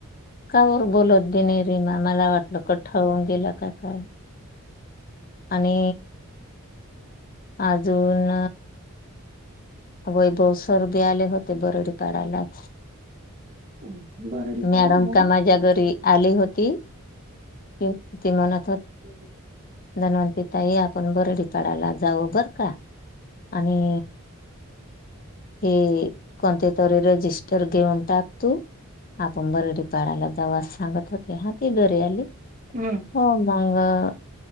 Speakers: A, on the left; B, on the right.
A: कावर बोलत बी नाही रिमा मला वाटलं कठ होऊन गेलं. की काय. आणि आजून वैभव सर बी आले होते बरडी पाडालाच.
B: <unintelligible>
A: मॅडम
B: पळा हम्म
A: का माझ्या घरी आली होती. ती म्हणत.
B: <unintelligible>
A: धनवंती ताई आपण बरडी पाडायला जाऊ बर का आणि हे कोणते तरी रजिस्टर घेऊन टाक तू आपण बरडी पाडाला जाऊ सांगत होते. हा ती घरी आली
B: हम्म
A: हो म मग